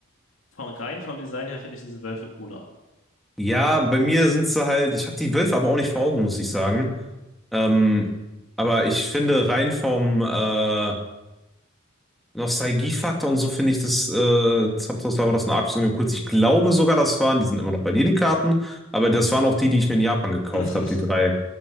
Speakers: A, on the left (about 80°); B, in the centre.
A: von rein vom Design her finde ich diese Wölfe cooler.
B: Ja, bei mir sind sie halt, ich habe die Wölfe aber auch nicht vor Augen, muss ich sagen. Ähm, aber ich finde rein vom äh, Nostalgiefaktor und so finde ich das, äh, Zapdos war das ein Arc Union kurz. Ich glaube sogar, das waren, die sind immer noch bei dir, die Karten, aber das waren auch die, die ich mir in Japan gekauft
A: <laughs>
B: habe, die drei.